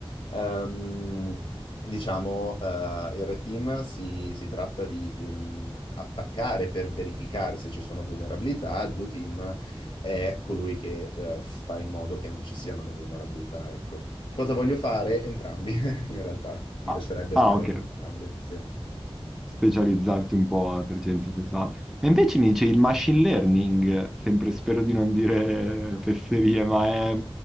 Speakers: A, on the left; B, in the centre.
A: Ehm, diciamo, eh, il Red Team si, si tratta di ehm, attaccare per verificare se ci sono vulnerabilità, il Blue Team è colui che eh, fa in modo che non ci siano le vulnerabilità, ecco. Cosa voglio fare? Entrambi, <laughs> in realtà. Mi
B: Ah,
A: piacerebbe
B: ah,
A: fare
B: ok.
A: entrambe, sì.
B: Specializzarti un po' a 360. E invece mi dice il machine learning, sempre spero di non dire fesserie, ma è,